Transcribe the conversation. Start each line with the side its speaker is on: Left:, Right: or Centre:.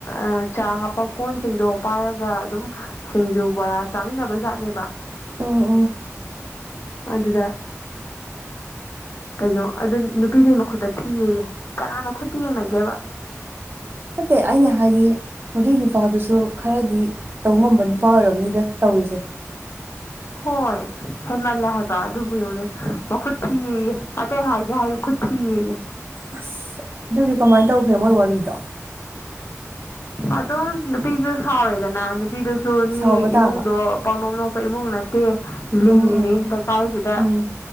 Left: ꯑꯥ ꯆꯥ ꯍꯥꯞꯄ ꯀꯣꯟꯁꯤꯡꯗꯣ ꯄꯥꯏꯔꯒ ꯑꯗꯨꯝ ꯁꯤꯡꯖꯨ ꯕꯣꯔꯥ ꯆꯥꯃꯤꯟꯅꯕꯖꯥꯠꯅꯦꯕ
Right: ꯎꯝ ꯎꯝ
Left: ꯑꯗꯨꯗ ꯀꯩꯅꯣ ꯑꯗꯨ ꯅꯨꯄꯤꯗꯨꯒꯤ ꯃꯈꯨꯠꯇ ꯊꯤꯌꯦꯌꯦ ꯀꯅꯥꯅ ꯈꯨꯠꯇ ꯌꯦꯡꯅꯒꯦꯕ
Right: ꯅꯠꯇꯦ ꯑꯩꯅ ꯍꯥꯏꯗꯤ ꯃꯗꯨꯏ ꯅꯨꯄꯥꯗꯨꯁꯨ ꯈꯔꯗꯤ ꯇꯧ ꯉꯝꯕ ꯅꯨꯄꯥ ꯑꯣꯏꯔꯝꯅꯤꯗ ꯇꯧꯔꯤꯁꯦ
Left: ꯍꯣꯏ ꯍꯦꯟꯃꯜꯂꯦ ꯍꯥꯏꯕ ꯑꯗꯨꯕꯨ ꯌꯦꯡꯉꯨꯅꯦ ꯃꯈꯨꯠ ꯊꯤꯌꯦꯌꯦ ꯑꯇꯩ ꯍꯥꯏꯒꯦ ꯍꯥꯏꯌꯨ ꯈꯨꯠ ꯊꯤꯌꯦꯌꯦ
Right: ꯑꯁ ꯑꯗꯨꯗꯤ ꯀꯃꯥꯏ ꯇꯧꯈ꯭ꯔꯦ ꯃꯣꯏ ꯋꯥꯔꯤꯗꯣ
Left: ꯑꯗꯨꯝ ꯅꯨꯄꯤꯁꯨ ꯁꯥꯎꯔꯦꯗꯅ ꯅꯨꯄꯤꯗꯨꯁꯨ ꯃꯤ
Right: ꯁꯥꯎꯕ ꯇꯥꯕ
Left: ꯏꯃꯨꯡꯗꯣ ꯄꯥꯞꯅꯣꯞ ꯅꯣꯞꯄ ꯏꯃꯨꯡ ꯅꯠ ꯇꯦ ꯂꯤꯡꯉꯤꯅꯤ
Right: ꯎꯝ ꯎꯝ
Left: ꯂꯩꯀꯥꯏꯁꯤꯗ
Right: ꯎꯝ